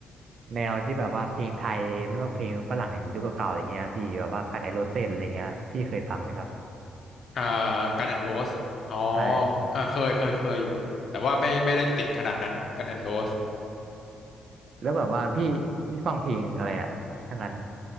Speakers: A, on the right (about 60°); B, on the left (about 50°).
A: แนวที่แบบว่าเพลงไทยไม่ว่าเพลงฝรั่งยุคเก่าๆอย่างเงี้ยพี่แบบว่ากันไอโรเซนอะไรเงี้ยพี่เคยฟังไหมครับ
B: อ่ากันแอนด์โรสอ๋อ
A: ใช่
B: เออเคย เคย เคยอยู่ แต่ว่าไม่ ไม่ได้ติดขนาดนั้น กันแอนด์โรส
A: แล้วแบบว่าพี่พี่ฟังเพลงอะไรอะทั้งนั้น